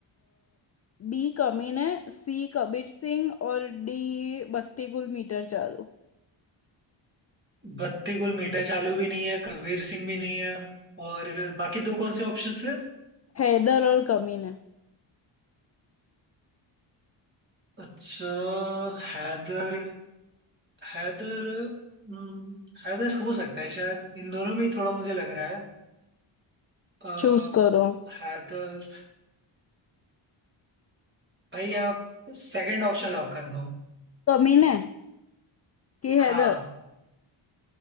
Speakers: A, on the left; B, on the right.
A: B Kaminey C Kabir Singh और डी बत्ती गुल मीटर चालू
B: बत्ती गुल मीठा चालू भी नहीं है कबीर सिंह भी नहीं है और बाकी दो कौन से ऑप्शंस थे
A: हैदर और कमीने
B: अच्छा हैदर हैदर हम्म, हैदर हो सकता है शायद इन दोनों में ही थोड़ा मुझे लग रहा है अ,
A: चूज करो
B: हैदर भाई आप सेकंड ऑप्शन लॉक कर दो
A: कमीने की हैदर
B: हाँ